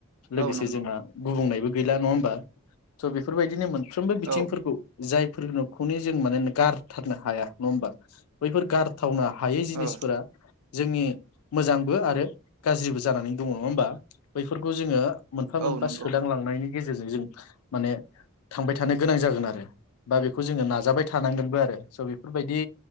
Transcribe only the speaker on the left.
लोगोसे
जोंहा गुबुंनायबो गैला नङा होमबा स' बेफोरबायदिनो मोन साफ्रोमबो बिथिंफोरखौ
जाय <unintelligible> जों माने गारथारनो हाया नङा होमबा? बैफोर गार थावनो हायै जिनिसफोरा
जोंनि मोजांबो आरो गाज्रिबो जानानै दङ नङा होमबा? बैफोरखौ जोङो मोनफा मोनफा
सोदांलांनायनि गेजेरजों जों माने थांबाय थानो गोनां जागोन आरो बा बेखौ जोङो नाजाबाय थानांगोनबो आरो स' बेफोरबायदि